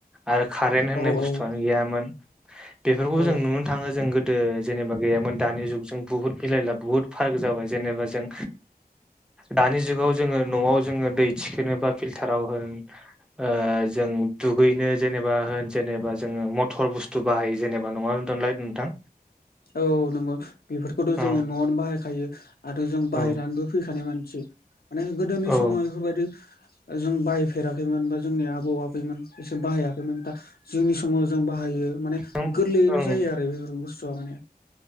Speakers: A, in the centre; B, on the left.
A: आरो कारेन्त होननाय
B: औ
A: बुस्थुआनो
B: औ
A: गैयामोन। बेफोरखौबो
B: औ
A: जों नुनो थाङो जों गो ओ जेनेबा गैयामोन दानि जुग जों बुहुत मिलायला बुहुत फाराग जाबाय। जेनेबा जों दानि जुगाव जोङो न'आव जोङो दै थिखोननो बा फिल्टार आव होन ओ जों दुगैनो जेनेबा होन जेनेबा जोङो मथर बुस्थु बाहायो जेनेबा नङा दनलाय नोंथां।
B: औ नंगौ बेफोरखौथ'
A: औ
B: जोङो न'आवनो बाहायखायो आरो जों
A: औ
B: बाहायनानैबो फैखानाय मान सोइमाने गोदोनि
A: औ
B: समाव बेफोरबायदि जों बाहायफेराखैमोन बा जोंनि आबौ आबैमोन इसोर बाहायाखैमोन दा जोंनि समाव जों बा बाहायो माने
A: ओं
B: गोरलैयैनो
A: ओं
B: जायो आरो बेफोर बुस्थुआ माने